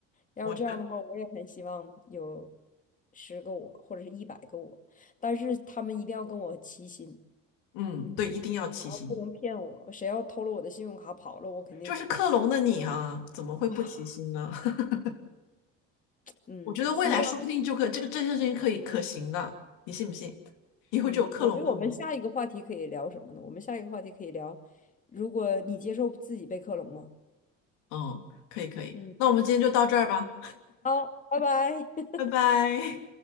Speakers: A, on the left; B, on the left.
A: 要是这样的话，
B: 我觉得，
A: 我也很希望有十个我或者是一百个我，但是他们一定要跟我齐心，
B: 嗯，对，一定要齐心。
A: 然后不能骗我。谁要偷了我的信用卡跑了，我肯定
B: 就是克隆的你啊，怎么会不齐心呢？
A: 啊，
B: <laughs>
A: 嗯，
B: 我觉得未来说不定就可这个这件事情可以可行的，
A: 希望，
B: 你信不信？以后就有克隆的我们。
A: 嗯，我觉得我们下一个话题可以聊什么呢？我们下一个话题可以聊，如果你接受自己被克隆吗？
B: 嗯，可以可以，
A: 嗯，
B: 那我们今天就到这儿吧，
A: 好，拜拜。
B: 拜拜。